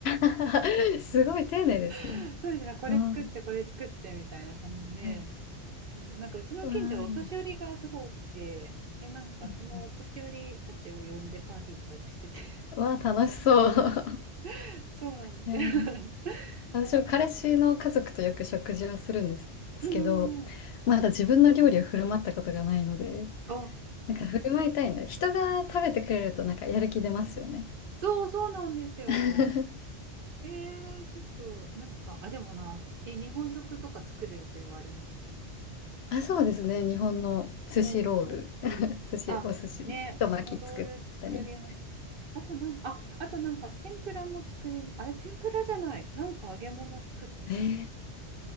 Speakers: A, on the left (about 65°); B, on the right (about 60°).
A: ー <laughs> すごい丁寧ですね。
B: <laughs> そうですね、これ作って、
A: あー
B: これ作ってみたいな感じで、
A: はい。
B: そうそう、なんかうちの近所はお年寄りがすごく多くて、
A: うわーいい
B: で、なんかそのお年寄りたちを呼んでパーティーとかよくしてて、
A: うんうんうわあ、楽しそう。<laughs>
B: <laughs> そうなんですよ。
A: いやー、
B: <laughs> そ
A: 私も彼氏の家族とよく食事をするんですけど、
B: う、うんうんうん、
A: まだ自分の料理を振る舞ったことがないので、
B: あ、
A: なんか振る舞いたいんだ。人が食べてくれるとなんかやる気出ますよね。
B: そうそうなんですよ。
A: <laughs>
B: えー、ちょっとなんか、あ、でもな、え、日本食とか作る予定はあります。
A: あ、そうですね。日本の寿司ロール。
B: うんうんうん
A: <laughs> 寿司、
B: あ、
A: お寿司、
B: ね、
A: 太巻き作ったり。
B: 私もロール作りました。あとなん、あ、あとなんか天ぷらも作り、あれ天ぷらじゃない。なんか揚げ物を作った気がします。
A: えー、